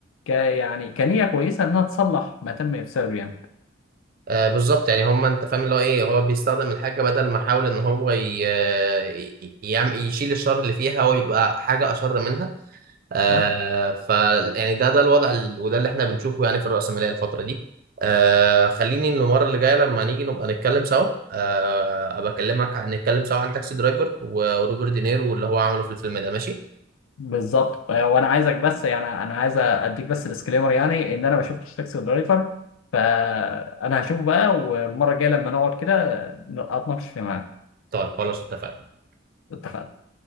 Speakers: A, on the left (about 80°); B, on the right (about 45°).
A: ك يعني كنية كويسة إنها تصلح ما تم إفساده يعني
B: آه بالظبط يعني هم انت فاهم اللي هو ايه هو بيستخدم الحاجه بدل ما يحاول ان هو ي... آه، ي- يعم- يشيل الشر اللي فيها هو يبقى حاجه اشر منها آه
A: أه
B: ف يعني ده ده الوضع ال... وده اللي احنا بنشوفه يعني في الرأسمالية الفترة دي آه خليني المرة اللي جاية لما نيجي نبقى نتكلم سوا آه ابقى اكلمك عن نتكلم سوا عن تاكسي درايفر و- وروبرت دينيرو واللي هو عمله في الفيلم ده ماشي
A: بالظبط آه، وأنا عايزك بس يعني أنا عايز أديك بس ديسكليمر يعني إن أنا ما شفتش تاكسي درايفر فأنا هشوفه بقى والمرة الجاية لما نقعد كده آه، أتناقش فيه معاك
B: طيب خلاص اتفقنا
A: اتفقنا